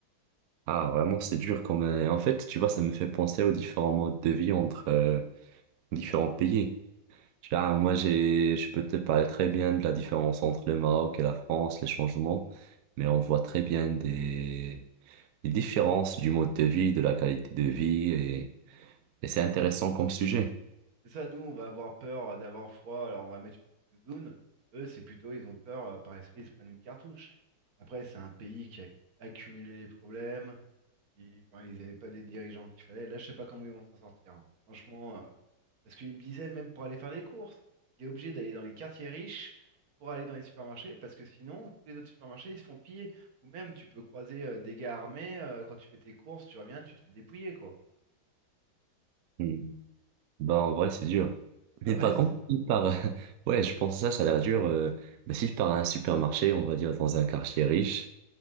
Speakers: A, on the right; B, on the right.
A: Ah, vraiment, c'est dur quand même. En fait, tu vois, ça me fait penser aux différents modes de vie entre euh, différents pays. Ah, moi, j'ai, je peux te parler très bien de la différence entre le Maroc et la France, les changements, mais on voit très bien des, des différences du mode de vie, de la qualité de vie, et, et c'est intéressant comme sujet.
B: C'est ça, nous, on va avoir peur euh, d'avoir froid, alors on va mettre une petite doudoune. Eux, c'est plutôt, ils ont peur, euh, par esprit ils se prennent une cartouche. Après, c'est un pays qui a accumulé les problèmes. Ils, enfin, ils avaient pas des dirigeants qu'il fallait. Là, je sais pas comment ils vont s'en sortir. hein. Franchement, euh, parce qu'il me disait, même pour aller faire les courses, il est obligé d'aller dans les quartiers riches pour aller dans les supermarchés, parce que sinon, tous les autres supermarchés, ils se font piller. Ou même, tu peux croiser euh, des gars armés, euh, quand tu fais tes courses, tu reviens, tu te fais dépouiller, quoi.
A: Hmm. Ben, en vrai, c'est dur. Mais
B: Ah ouais.
A: par
B: c'est-
A: contre, si par, <laughs> ouais, je pense que ça, ça a l'air dur, euh, mais si par un supermarché, on va dire dans un quartier riche,